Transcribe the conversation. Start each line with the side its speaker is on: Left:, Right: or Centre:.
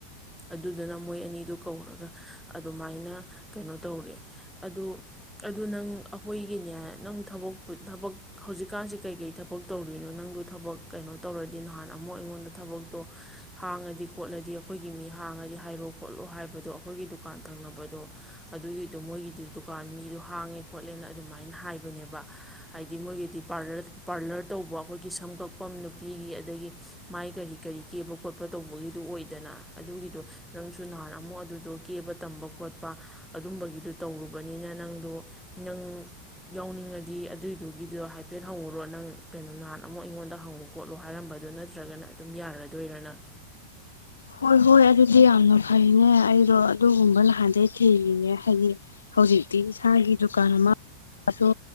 Centre: ꯑꯗꯨꯗꯨꯅ ꯃꯣꯏ ꯑꯅꯤꯗꯨ ꯀꯧꯔꯒ ꯑꯗꯨꯃꯥꯏꯅ ꯀꯩꯅꯣ ꯇꯧꯔꯦ ꯑꯗꯨ ꯑꯗꯨ ꯅꯪ ꯑꯩꯈꯣꯏꯒꯤꯅꯦ ꯅꯪ ꯊꯕꯛ ꯊꯕꯛ ꯍꯧꯖꯤꯛꯀꯥꯟꯁꯤ ꯀꯩꯀꯩ ꯊꯕꯛ ꯇꯧꯔꯤꯅꯣ ꯅꯪꯗ ꯊꯕꯛ ꯀꯩꯅꯣ ꯇꯧꯔꯗꯤ ꯅꯍꯥꯟ ꯑꯃꯨꯛ ꯑꯩꯉꯣꯟꯗ ꯊꯕꯛꯇꯣ ꯍꯥꯡꯉꯗꯤ ꯈꯣꯠꯂꯗꯤ ꯑꯩꯈꯣꯏꯒꯤ ꯃꯤ ꯍꯥꯡꯉꯗꯤ ꯍꯥꯏꯔꯣ ꯈꯣꯠꯂꯣ ꯍꯥꯏꯕꯗꯣ ꯑꯩꯈꯣꯏꯒꯤ ꯗꯨꯀꯥꯟ ꯊꯪꯅꯕꯗꯣ ꯑꯗꯨꯒꯤꯗꯣ ꯃꯣꯏꯒꯤꯗꯨ ꯗꯨꯀꯥꯟ ꯃꯤꯗꯣ ꯍꯥꯡꯉꯦ ꯈꯣꯠꯂꯦꯅ ꯑꯗꯨꯃꯥꯏꯅ ꯍꯥꯏꯕꯅꯦꯕ ꯍꯥꯏꯗꯤ ꯃꯣꯏꯒꯤꯗꯤ ꯄꯥꯔꯂꯔ ꯇꯧꯕ ꯑꯩꯈꯣꯏꯒꯤ ꯁꯝꯀꯛꯐꯝ ꯅꯨꯄꯤꯒꯤ ꯑꯗꯒꯤ ꯃꯥꯏ ꯀꯔꯤ ꯀꯔꯤ ꯀꯦꯕ ꯈꯣꯠꯄ ꯇꯧꯕꯒꯤꯗꯨ ꯑꯣꯏꯗꯅ ꯑꯗꯨꯒꯤꯗꯣ ꯅꯪꯁꯨ ꯅꯍꯥꯟ ꯑꯃꯨꯛ ꯑꯗꯨꯗꯣ ꯀꯦꯕ ꯇꯝꯕ ꯈꯣꯠꯄ ꯑꯗꯨꯝꯕꯒꯤꯗꯨ ꯇꯧꯔꯨꯕꯅꯤꯅ ꯅꯪꯗꯣ ꯅꯪ ꯌꯥꯎꯅꯤꯡꯉ ꯗꯤ ꯑꯗꯨꯏꯗꯨꯒꯤꯗꯣ ꯍꯥꯏꯐꯦꯠ ꯍꯪꯉꯨꯔꯣ ꯅꯪ ꯀꯩꯅꯣ ꯅꯍꯥꯟ ꯑꯃꯨꯛ ꯑꯩꯉꯣꯟꯗ ꯍꯪꯉꯨ ꯈꯣꯠꯂꯨ ꯍꯥꯏꯔꯝꯕꯗꯣ ꯅꯠꯇ꯭ꯔꯒꯅ ꯑꯗꯨꯝ ꯌꯥꯔꯗꯣꯏꯔꯥ ꯅꯪ
Left: ꯍꯣꯏ ꯍꯣꯏ ꯑꯗꯨꯗꯤ ꯌꯥꯝꯅ ꯐꯩꯅꯦ ꯑꯩꯗꯣ ꯑꯗꯨꯒꯨꯝꯕ ꯅꯍꯥꯟꯗꯩ ꯊꯤꯔꯤꯅꯦ ꯍꯥꯏꯗꯤ ꯍꯧꯖꯤꯛꯇꯤ ꯏꯁꯥꯒꯤ ꯗꯨꯀꯥꯟ ꯑꯃꯁꯨ